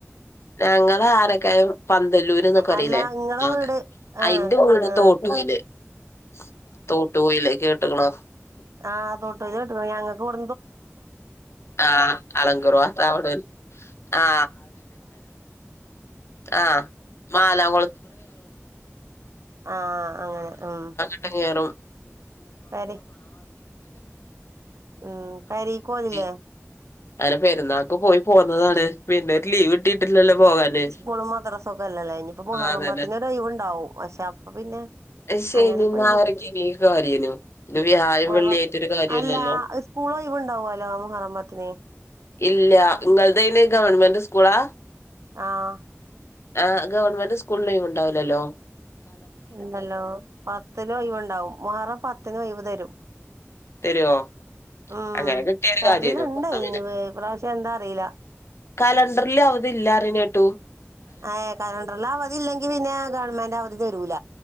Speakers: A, on the left; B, on the right.
A: !
B: അല്ല ഇങ്ങളെ വീട് ആഹ് ആഹ്
A: !!!!!!!!!!!!!!!!!!!
B: !!!!!!!!!!!!!!!
A: ആ അളങ്കുറു അവിടെ ആ !!!!!!!!!!
B: ആഹ് അങ്ങനെ ഉം
A: !
B: പെരീ ഉം പെരീക്കോലില്ലേ
A: !!!!!!!!!!!!!!!! അങ്ങനെ പെരുന്നാൾക്ക് പോയി പോന്നതാണ് പിന്നെ ഒരു ലീവ് കിട്ടിയിട്ടില്ലല്ലോ പോകാന്
B: സ്കൂളും മദ്രസം ഒക്കെ അല്ലല്ലേ ഇനിയിപ്പോ മുഹറ
A: അതന്നെ
B: പത്തിന് ഒരു ഒയിവുണ്ടാവും പക്ഷെ അപ്പൊ പിന്നെ
A: ശനി
B: അങ്ങനെ ഇപ്പൊ
A: ഞായറൊക്കെയ്നി
B: ഒഴിവുണ്ട
A: ഒരു കാര്യയ്നു ഇത് വ്യാഴം
B: മുഹറം
A: വെള്ളിയ ആയിട്ടൊരു കാര്യഇല്ലല്ലോ
B: അല്ല സ്കൂള് ഉഴിണ്ടാവു അല്ലോ മുഹറം പത്തിന്
A: ഇല്ല ഇങ്ങൾതയ്ന് ഗവൺമെന്റ് സ്കൂളാ
B: ആഹ്
A: ആഹ് ഗവൺമെന്റ് സ്കൂളിന് ഒഴി വിണ്ടാവില്ലല്ലോ
B: ഉണ്ടല്ലോ പത്തിന് ഒയിവുണ്ടാവും മുഹറം പത്തിന് ഒയിവ് തരും
A: തരുവോ
B: ഉം
A: അങ്ങനെ കിട്ടിയ ഒരു
B: തരലുണ്ട്
A: കാര്യനു എന്നാ
B: ഈ പ്രാവശ്യം എന്താ അറിയില്ല
A: കലണ്ടറില് അവധി ഇല്ല അറി നേട്ടു
B: ഏ കലണ്ടറില് അവധി ഇല്ലെങ്കി പിന്നെ ഗവൺമെന്റ് അവധി തരൂല